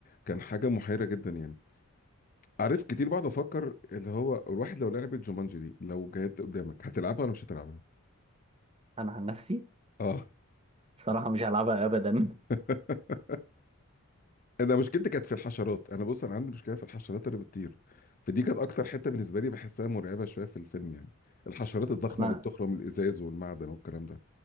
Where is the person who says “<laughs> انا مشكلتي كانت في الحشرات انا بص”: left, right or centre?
Left